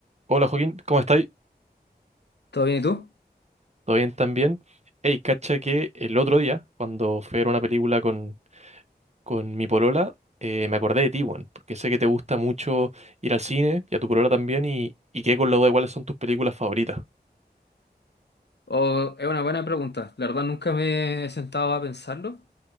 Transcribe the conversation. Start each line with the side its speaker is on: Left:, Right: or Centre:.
Right: Hola Joaquín, ¿cómo estáis?
Left: ¿Todo bien y tú?
Right: ¿Todo bien también? Hey, cacha que el otro día, cuando fui a ver una película con, con mi polola, eh, me acordé de ti, weón, porque sé que te gusta mucho ir al cine y a tu polola también, y, y quedé con la duda de cuáles son tus películas favoritas.
Left: O- es una buena pregunta. La verdad nunca me he sentado a pensarlo.